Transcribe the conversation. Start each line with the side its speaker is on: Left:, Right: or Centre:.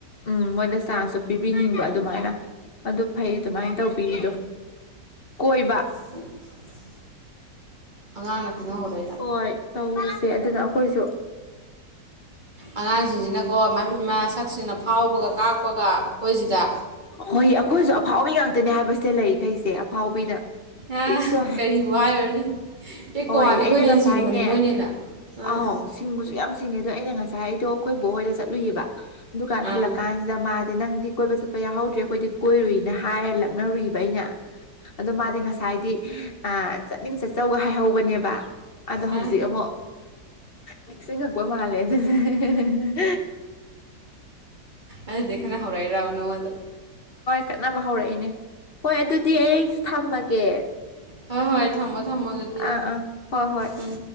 Left: ꯎꯝ ꯃꯣꯏꯗ ꯆꯥꯟꯁꯁꯨ ꯄꯤꯕꯤꯅꯤꯡꯕ ꯑꯗ ꯑꯗꯨꯃꯥꯏꯅ ꯑꯗꯨ ꯐꯩ ꯑꯗꯨꯃꯥꯏ ꯇꯧꯕꯤꯔꯤꯗꯣ ꯀꯣꯏꯕ
Right: <inaudible> ꯑꯉꯥꯡꯅ ꯈꯟꯅꯍꯧꯔꯛꯏꯔ
Left: ꯍꯣꯏ ꯇꯧꯔꯤꯁꯦ ꯁꯦ ꯑꯗꯨꯅ ꯑꯩꯈꯣꯏꯁꯨ
Right: ꯑꯉꯥꯡ ꯁꯤꯡꯁꯤꯅꯀꯣ ꯃꯃꯤꯃꯥ ꯁꯛꯁꯤꯡꯅ ꯐꯥꯎꯕꯒ ꯀꯥꯛꯄꯒ ꯑꯩꯈꯣꯏꯁꯤꯗ
Left: ꯍꯣꯏ ꯑꯩꯈꯣꯏꯁꯨ ꯑꯐꯥꯎꯕꯤ ꯉꯥꯡ ꯇꯅꯦ ꯍꯥꯏꯕꯁꯤꯗ ꯂꯩꯔꯤꯈꯩꯁꯦ ꯑꯐꯥꯎꯕꯤꯗ
Right: ꯑꯥ
Left: ꯄꯤꯛꯆꯣ
Right: ꯀꯔꯤꯕꯨ ꯍꯥꯏꯔꯨꯔꯅꯤ ꯄꯤꯛꯄ
Left: ꯍꯣꯏ
Right: ꯋꯥꯅꯤ ꯑꯩꯈꯣꯏꯗ
Left: ꯑꯩꯅ ꯉꯁꯥꯏꯅꯦ
Right: ꯍꯦꯟꯅ ꯁꯤꯡꯕꯅꯤ ꯃꯣꯏꯅ ꯍꯦꯟꯅ ꯑꯥ
Left: ꯑꯥꯎ ꯁꯤꯡꯕꯨꯁꯨ ꯌꯥꯝ ꯁꯤꯡꯉꯦꯗꯣ ꯑꯩꯅ ꯉꯁꯥꯏ ꯑꯩꯗꯣ ꯑꯩꯈꯣꯏ ꯕꯣꯍꯣꯏꯗ ꯆꯠꯂꯨꯏꯕ ꯗꯨꯀꯥꯟ
Right: ꯑꯥ
Left: ꯍꯜꯂꯛ ꯀꯥꯟꯁꯤꯗ ꯃꯥ ꯗꯣ ꯅꯪꯗꯤ ꯀꯣꯏꯕ ꯆꯠꯄ ꯌꯥꯍꯧꯗ꯭ꯔꯦ ꯑꯩꯈꯣꯏꯗꯤ ꯀꯣꯏꯔꯨꯏꯅ ꯍꯥꯏꯔ ꯂꯛꯅꯔꯨꯏꯕ ꯑꯩꯅ ꯑꯗꯨ ꯃꯥꯗꯤ ꯉꯁꯥꯏꯗꯤ ꯑꯥ ꯆꯠꯅꯤꯡ ꯆꯠꯆꯧꯒ ꯍꯥꯏꯍꯧꯕꯅꯦꯕ ꯑꯗꯣ ꯍꯧꯖꯤꯛ
Right: ꯑꯥ
Left: ꯑꯃꯨꯛ ꯅꯤꯡꯁꯤꯡꯉꯛꯄ ꯃꯥꯜꯂꯦ ꯑꯗꯨꯗꯤ
Right: ꯑꯗꯨꯗꯩ ꯈꯠꯅ ꯍꯧꯔꯛꯏꯔꯕ ꯅꯉꯣꯟꯗ
Left: ꯀꯠꯅꯕ ꯍꯧꯔꯛꯏꯅꯦ ꯍꯣꯏ ꯑꯗꯨꯗꯤ ꯑꯩ ꯊꯝꯃꯒꯦ
Right: ꯍꯣꯏ ꯍꯣꯏ ꯊꯝꯃꯣ ꯊꯝꯃꯣ ꯑꯗꯨꯗꯤ
Left: ꯑꯥ ꯑꯥ ꯍꯣꯏ ꯍꯣꯏ
Right: ꯎꯝ